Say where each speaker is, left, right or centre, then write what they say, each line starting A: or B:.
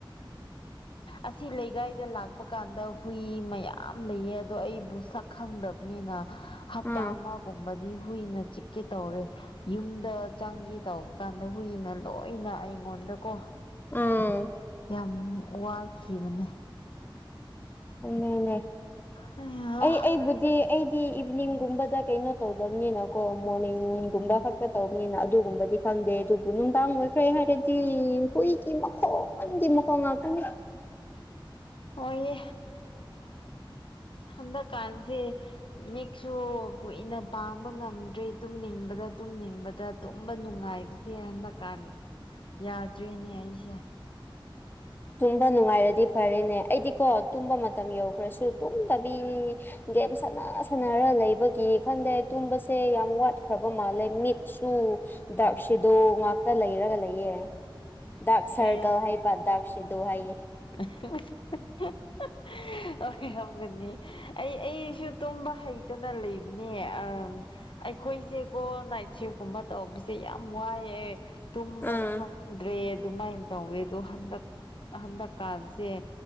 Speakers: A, on the left; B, on the left.
A: ꯑꯁꯤ ꯂꯩꯀꯥꯏꯗ ꯂꯥꯛꯄ ꯀꯥꯟꯗ ꯍꯨꯏ ꯃꯌꯥꯝ ꯂꯩꯌꯦ ꯑꯗꯣ ꯑꯩꯕꯨ ꯁꯛ ꯈꯪꯗꯕ ꯅꯤꯅ ꯍꯞꯇꯥ
B: ꯎꯝ
A: ꯑꯃꯒꯨꯝꯕꯗꯤ ꯍꯨꯏꯅ ꯆꯤꯛꯀꯦ ꯇꯧꯔꯦ ꯌꯨꯝꯗ ꯆꯪꯒꯦ ꯇꯧꯕ ꯀꯥꯟꯗ ꯍꯨꯏꯅ ꯂꯣꯏꯅ ꯑꯩꯉꯣꯟꯗꯀꯣ
B: ꯎꯝ
A: ꯌꯥꯝ ꯋꯥꯈꯤꯕꯅꯦ
B: ꯅꯦꯅꯦ
A: ꯑꯌꯥ
B: ꯑꯩ ꯑꯩꯕꯨꯗꯤ ꯑꯩꯗꯤ ꯏꯚꯤꯅꯤꯡꯒꯨꯝꯕꯗ ꯀꯩꯅꯣ ꯇꯧꯗꯕꯅꯤꯅꯀꯣ ꯃꯣꯔꯅꯤꯡꯒꯨꯝꯕ
A: ꯎꯝ
B: ꯈꯛ ꯇꯥ ꯇꯧꯕꯅꯤꯅ ꯑꯗꯨꯒꯨꯝꯕꯗꯤ ꯈꯪꯗꯦ ꯑꯗꯨꯕꯨ ꯅꯨꯡꯗꯥꯡ ꯑꯣꯏꯈ꯭ꯔꯦ ꯍꯥꯏꯔꯗꯤ ꯍꯨꯏꯒꯤ ꯃꯈꯣꯟꯒꯤ ꯃꯈꯣꯟ ꯀꫭ ꯉꯥꯛꯇꯅꯤ
A: ꯍꯣꯏꯌꯦ ꯍꯟꯗꯥꯛ ꯀꯥꯟꯖꯤ ꯃꯤꯛꯁꯨ ꯀꯨꯏꯅ ꯄꯥꯡꯕ ꯉꯝꯗ꯭ꯔꯤ ꯇꯨꯝꯅꯤꯡꯕꯗꯥ ꯇꯨꯝꯅꯤꯡꯕꯗꯥ ꯇꯨꯝꯕꯥ ꯅꯨꯡꯉꯥꯏ <unintelligible> ꯍꯟꯗꯛ ꯀꯥꯟ ꯌꯥꯗ꯭ꯔꯦꯅꯦ ꯑꯩꯁꯦ
B: ꯇꯨꯝꯕ ꯅꯨꯡꯉꯥꯏꯔꯗꯤ ꯐꯔꯦꯅꯦ ꯑꯩꯗꯤꯀꯣ ꯇꯨꯝꯕ ꯃꯇꯝ ꯌꯧꯈ꯭ꯔꯁꯨ ꯇꯨꯝꯗꯕꯤ ꯒꯦꯝ ꯁꯥꯟꯅ ꯁꯥꯟꯅꯔ ꯂꯩꯕꯒꯤ ꯈꯟꯗꯦ ꯇꯨꯝꯕꯁꯦ ꯌꯥꯝ ꯋꯥꯠꯈ꯭ꯔꯕ ꯃꯥꯜꯂꯦ ꯃꯤꯠ ꯁꯨ
A: ꯎꯝ
B: ꯗꯥꯛ ꯁꯦꯗꯣ ꯉꯥꯛꯇ ꯂꯩꯔꯒ ꯂꯩꯌꯦ ꯗꯥꯛ ꯁꯥꯔꯀꯜ
A: ꯑꯣꯏꯔꯝ
B: ꯍꯥꯏꯕ ꯗꯥꯛ ꯁꯤꯠ__ ꯗꯣ ꯍꯥꯏꯌꯦ
A: <unintelligible> ꯑꯩ ꯑꯩꯏꯁꯨ ꯇꯨꯝꯕ ꯍꯩꯇꯅ ꯂꯩꯕꯅꯦ ꯑꯥꯝ ꯑꯩꯈꯣꯏꯁꯦꯀꯣ ꯅꯥꯏꯠ ꯁꯤꯐꯀꯨꯝꯕ ꯇꯧꯕꯁꯦ ꯌꯥꯝ ꯋꯥꯏꯑꯦ ꯇꯨꯝꯕ
B: ꯑꯥ
A: ꯈꯪꯗ꯭ꯔꯦ ꯑꯗꯨꯃꯥꯏꯅ ꯇꯧꯋꯦ ꯑꯗꯣ ꯍꯟꯗꯛ ꯍꯟꯗꯛ ꯀꯥꯟꯁꯦ